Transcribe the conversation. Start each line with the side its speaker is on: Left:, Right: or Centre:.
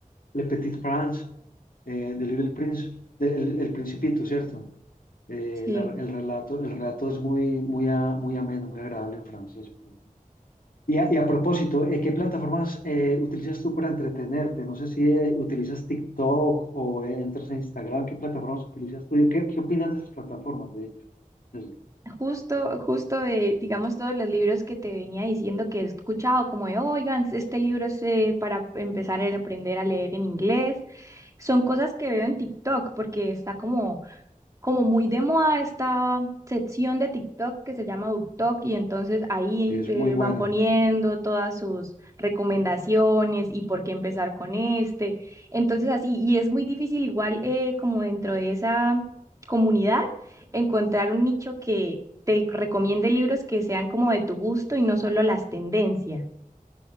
Left: Le Petit Prince, eh, de Little Prince, de- el el Principito, ¿cierto? Eh,
Right: Sí.
Left: la- el relato, el relato es muy, muy, a- muy ameno, muy agradable en francés, por ejemplo. Y a, y a propósito, eh, ¿qué plataformas eh, utilizas tú para entretenerte? No sé si eh, utilizas TikTok o eh, entras en Instagram. ¿Qué plataformas utilizas tú? ¿Qué, qué opinas de esas plataformas, de hecho? Es,
Right: Justo, justo de, digamos, todos los libros que te venía diciendo que he escuchado, como de, oigan, este libro es eh, para empezar a aprender a leer en inglés, son cosas que veo en TikTok, porque está como como muy de moda esta sección de TikTok que se llama BookTok y entonces ahí
Left: es
Right: eh,
Left: muy buena.
Right: van poniendo todas sus recomendaciones y por qué empezar con este. Entonces así, y es muy difícil igual eh, como dentro de esa comunidad encontrar un nicho que te recomiende libros que sean como de tu gusto y no solo las tendencias.